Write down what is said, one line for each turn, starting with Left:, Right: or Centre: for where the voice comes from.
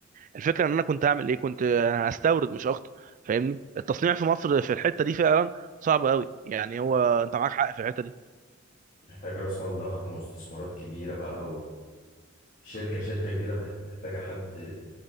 Right: الفكره ان انا كنت هعمل ايه كنت هستورد مش اكتر فاهمني التصنيع في مصر في الحته دي فعلا صعب قوي يعني هو
Left: طبعاً.
Right: انت معاك حق في الحته دي
Left: محتاج راس مال ضخم واستثمارات كبيره بقى وشركه شركه كبيره مح- محتاجه حد